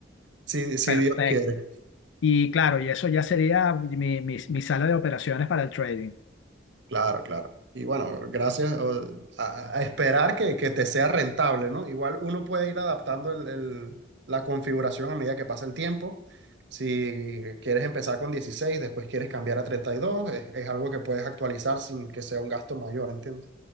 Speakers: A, on the right; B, on the left.
A: si, si
B: Perfecto.
A: Dios quiere.
B: Y claro, y eso ya sería mi, mi mi sala de operaciones para el trading.
A: Claro, claro. Y bueno, gracias o- a, a esperar que, que te sea rentable, ¿no? Igual uno puede ir adaptando el- el- la configuración a medida que pasa el tiempo. Si quieres empezar con 16, después quieres cambiar a 32, es, es algo que puedes actualizar sin que sea un gasto mayor, ¿entiendes?